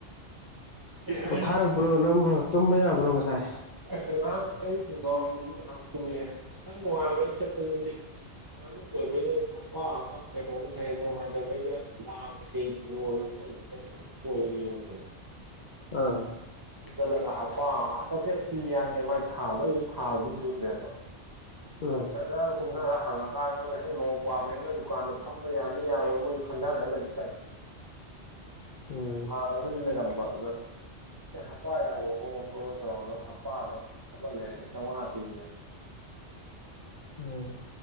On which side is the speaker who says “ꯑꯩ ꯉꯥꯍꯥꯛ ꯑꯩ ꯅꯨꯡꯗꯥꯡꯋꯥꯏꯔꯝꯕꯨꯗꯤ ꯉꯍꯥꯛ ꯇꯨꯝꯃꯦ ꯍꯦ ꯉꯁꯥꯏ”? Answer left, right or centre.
Right